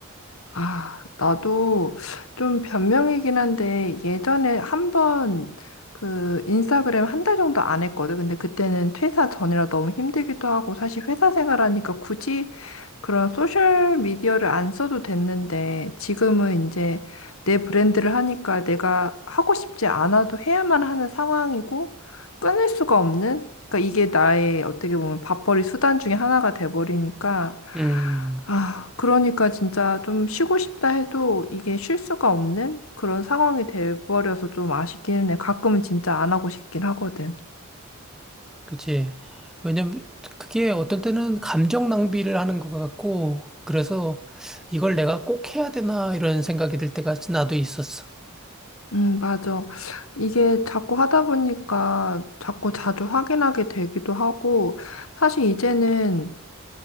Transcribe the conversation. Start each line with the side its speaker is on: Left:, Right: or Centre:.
Left: 아, 나도 좀 변명이긴 한데 예전에 한번 그 인스타그램 한 달 정도 안 했거든. 근데 그때는 퇴사 전이라 너무 힘들기도 하고 사실 회사 생활하니까 굳이 그런 소셜 미디어를 안 써도 됐는데 지금은 이제 내 브랜드를 하니까 내가 하고 싶지 않아도 해야만 하는 상황이고 끊을 수가 없는 그러니까 이게 나의 어떻게 보면 밥벌이 수단 중에 하나가 돼버리니까
Centre: 음.
Left: 아, 그러니까 진짜 좀 쉬고 싶다 해도 이게 쉴 수가 없는 그런 상황이 돼버려서 좀 아쉽기는 해. 가끔은 진짜 안 하고 싶긴 하거든.
Centre: 그치. 왜냐면 그게 어떤 때는 감정 낭비를 하는 것 같고, 그래서 이걸 내가 꼭 해야 되나 이런 생각이 들 때가 나도 있었어.
Left: 음, 맞아. 이게 자꾸 하다 보니까 자꾸 자주 확인하게 되기도 하고, 사실 이제는